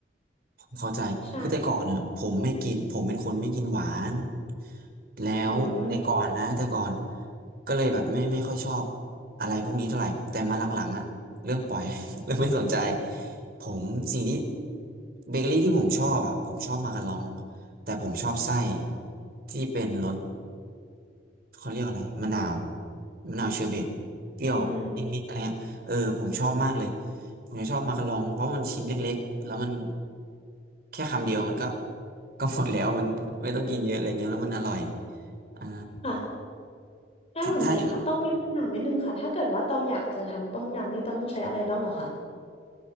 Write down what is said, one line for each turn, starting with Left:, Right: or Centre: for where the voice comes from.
Right: ผมเข้าใจคือแต่ก่อนอ่ะผมไม่กินผมเป็นคนไม่กินหวาน
Left: ใช่
Right: แล้วแต่ก่อนนะแต่ก่อน
Left: อืม
Right: ก็เลยแบบไม่ไม่ค่อยชอบอะไรพวกนี้เท่าไหร่ แต่มาหลังๆอ่ะเริ่มปล่อย <laughs> เริ่มไม่สนใจผมสิ่งที่เบเกอรี่ที่ผมชอบอ่ะผมชอบมาการอง แต่ผมชอบไส้ที่เป็นรส เขาเรียกอะไรมะนาวมะนาวเชอร์เบตเปรี้ยวนิดๆอะไรเงี้ยเออผมชอบมากเลย
Left: อืม
Right: ผมจะชอบมากะลองเพราะมันชิ้นเล็กๆแล้วมันแค่คำเดียวมันก็ <laughs> ก็หมดแล้วมันไม่ต้องกินเยอะอะไรเงี้ยแล้วมันอร่อยอ่า
Left: ค่ะน่าสนใจค่ะต้องมีคำถามนิดนึงค่ะถ้าเกิดว่าตองอยากจะทำต้มยำนี่ตองต้องใช้อะไรบ้างเหรอคะ
Right: ถ้าถ้า